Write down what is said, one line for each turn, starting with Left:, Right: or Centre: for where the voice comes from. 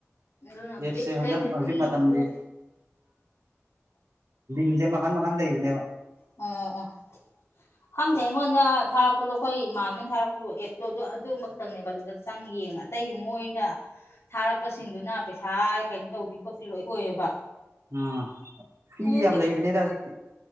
Left: ꯑꯗꯨꯅ
Right: ꯑꯦꯞꯁꯦ
Left: ꯕꯤꯠ
Right: ꯍꯟꯗꯛ
Left: ꯂꯩꯇꯗꯅ
Right: ꯍꯧꯖꯤꯛ ꯃꯇꯝꯗꯤ
Left: ꯌꯦꯡꯗ꯭ꯔꯦ
Right: ꯡꯁꯦ ꯃꯈꯟ ꯃꯈꯟ ꯂꯩꯕꯅꯦꯕ
Left: ꯑ ꯑ ꯍꯪꯗꯦ ꯑꯩꯉꯣꯟꯗ ꯊꯥꯔꯛꯄꯗꯣ ꯑꯩꯈꯣꯏ ꯏꯃꯥꯟꯅ ꯊꯥꯔꯛꯄꯗꯣ ꯑꯦꯞꯇꯣ ꯑꯗꯨꯗꯣ ꯑꯗꯨ ꯑꯃꯈꯛꯇꯪꯅꯦꯕ ꯑꯗꯨꯗ ꯆꯪ ꯌꯦꯡꯕ ꯑꯇꯩ ꯃꯣꯏꯅ ꯊꯥꯔꯛꯄꯁꯤꯡꯗꯨꯅ ꯄꯩꯁꯥ ꯀꯩꯅꯣ ꯇꯧꯕꯤ ꯈꯣꯠꯄꯤ ꯂꯣꯏ ꯑꯣꯏꯌꯦꯕ
Right: ꯎꯝ ꯐꯤꯒꯤ
Left: ꯑꯗꯨꯒꯤ
Right: ꯌꯥꯝ ꯂꯩꯕꯅꯦꯅ ꯍꯧꯖꯤꯛꯇꯤ